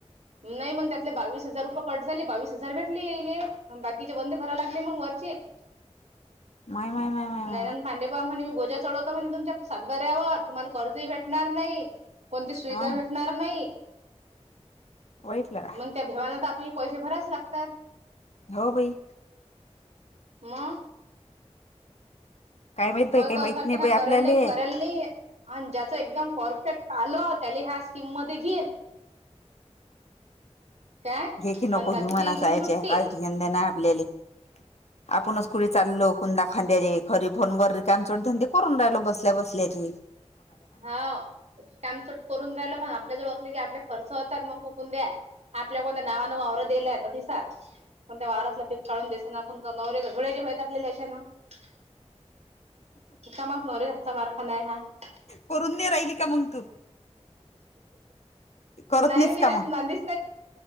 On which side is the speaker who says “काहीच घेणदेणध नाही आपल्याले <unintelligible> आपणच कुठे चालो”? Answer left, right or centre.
Left